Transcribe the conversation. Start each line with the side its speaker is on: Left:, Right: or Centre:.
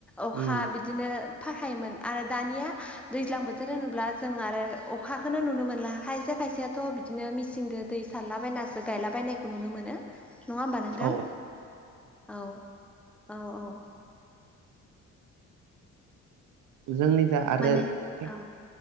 Centre: अखा
Right: उम
Centre: बिदिनो फायखायोमोन आरो दानिया दैज्लां बोथोर होनोब्ला जों आरो अ खाखौनो नुनो मोनला खायसे खायसेयाथ बिदिनो मिसिंदो दै सारलाबायनासो गायलाबायनायखौ नुनो मोनो नङा होमबा नोंथां
Right: औ
Centre: औ औ औ
Right: जोंनिजा आरो
Centre: माने
Right: टेक
Centre: औ